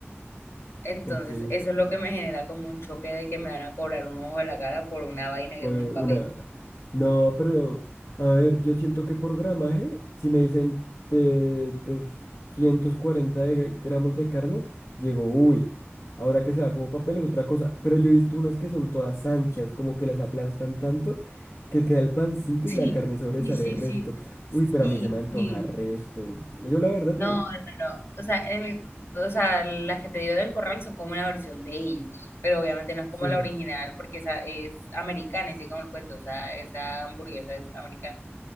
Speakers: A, on the left; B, on the left.
A: Entonces,
B: <laughs> Ok.
A: eso es lo que me genera como un choque de que me van a cobrar un ojo de la cara por una vaina que
B: Fue
A: es un papel.
B: una... No, pero a ver, yo siento que por gramaje, si me dicen eh, 240 de gr- gramos de carne, llego, uy, ahora que se va como papel es otra cosa. Pero yo he visto unas que son todas anchas, como que las aplastan tanto que queda el pancito
A: Sí,
B: y la carne sobresale
A: sí, sí,
B: el resto.
A: sí, sí,
B: Uy, pero a mí se me antoja
A: sí.
B: resto. Yo la verdad,
A: No,
B: me-
A: no, no. O sea, en el, o sea, las que te digo del corral son como una versión de ellos, pero obviamente no es como
B: sí,
A: la original porque esa es americana, y sí como el cuento, o sea, esa hamburguesa es americana.